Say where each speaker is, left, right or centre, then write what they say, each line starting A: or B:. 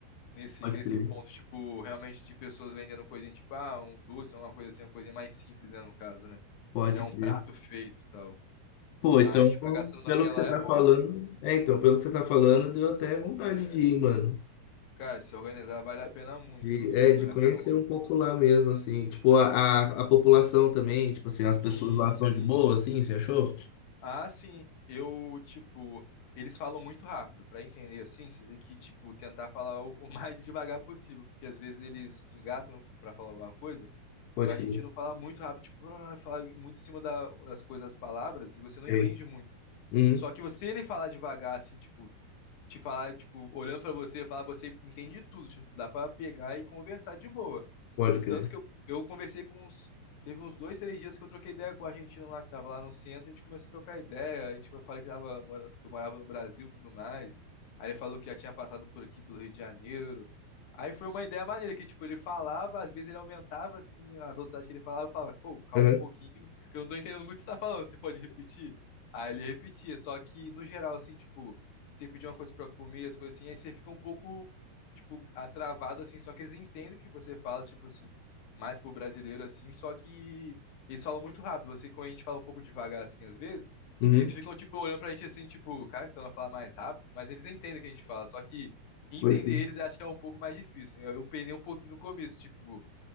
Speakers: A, on the left; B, on the left.
A: nesse,
B: Pode
A: nesse
B: crer.
A: ponto, tipo, realmente de pessoas vendendo coisinha, tipo, ah, um doce, uma coisa assim, uma coisinha mais simples, né, no caso, né?
B: Pode
A: Não é um
B: crer.
A: prato feito e tal.
B: Pô,
A: Mas,
B: então,
A: tipo, a gastronomia
B: pelo que
A: lá
B: você tá
A: é boa,
B: falando.
A: assim.
B: É, então, pelo que você tá falando, deu até vontade de ir, mano.
A: Cara, se organizar vale a pena muito.
B: De, é,
A: Vale
B: de conhecer
A: a pena muito.
B: um pouco lá mesmo, assim. Tipo, a, a, a população também, tipo assim, as pessoas
A: Uhum.
B: lá são de boa, assim, você achou?
A: Ah, sim, eu, tipo, eles falam muito rápido, pra entender assim, você tem que, tipo, tentar falar o, o mais <laughs> devagar possível, porque às vezes eles engatam pra falar alguma coisa,
B: Pode
A: e o argentino
B: crer.
A: fala muito rápido, tipo, <laughs> ah, fala muito em cima da- das coisas, das palavras, e você não
B: É.
A: entende muito.
B: Uhum,
A: Só que você ele falar devagar, assim, tipo, te falar, tipo, olhando pra você, falar, você entende de tudo, tipo, dá pra pegar e conversar de boa.
B: pode
A: Entanto
B: crer.
A: que eu, eu conversei com uns, teve uns dois, três dias que eu troquei ideia com o argentino lá, que tava lá no centro, a gente começou a trocar ideia, a gente, eu falei que tava, mora- que eu morava no Brasil e tudo mais, aí ele falou que já tinha passado por aqui, pelo Rio de Janeiro, aí foi uma ideia maneira, que, tipo, ele falava, às vezes ele aumentava, assim, a velocidade que ele falava, eu falava, pô, calma
B: Aham,
A: um pouquinho, que eu não tô entendendo muito o que você tá falando, você pode repetir? Aí ele repetia, só que, no geral, assim, tipo, você pedir uma coisa pra comer, as coisas assim, aí você fica um pouco, tipo, atravado, assim, só que eles entendem o que você fala, tipo assim, mais pro brasileiro, assim, só que eles falam muito rápido, você, quando a gente fala um pouco devagar, assim, às vezes,
B: uhum,
A: eles ficam, tipo, olhando pra gente, assim, tipo, cara, você vai falar mais rápido, mas eles entendem o que a gente fala, só que entender
B: pode crer.
A: eles eu acho que é um pouco mais difícil, eu, eu penei um pouquinho no começo, tipo,